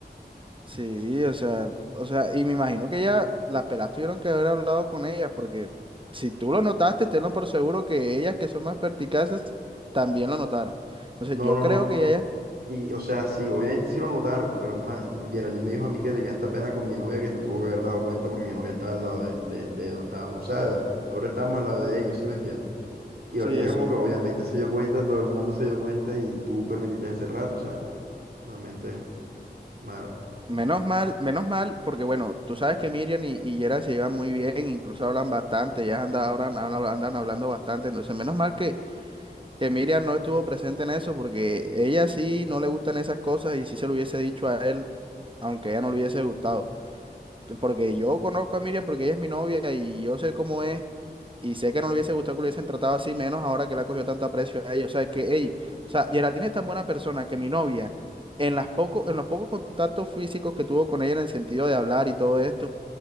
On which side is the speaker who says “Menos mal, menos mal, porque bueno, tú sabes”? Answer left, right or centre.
Right